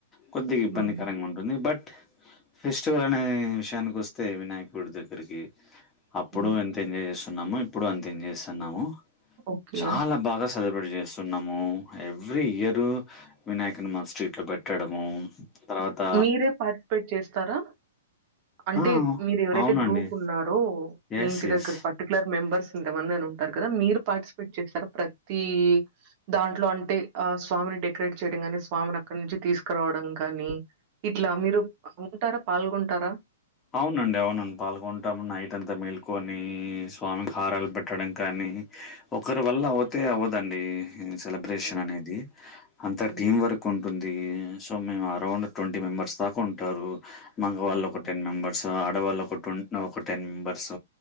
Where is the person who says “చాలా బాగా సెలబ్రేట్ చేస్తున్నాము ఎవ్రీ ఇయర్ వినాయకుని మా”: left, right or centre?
Left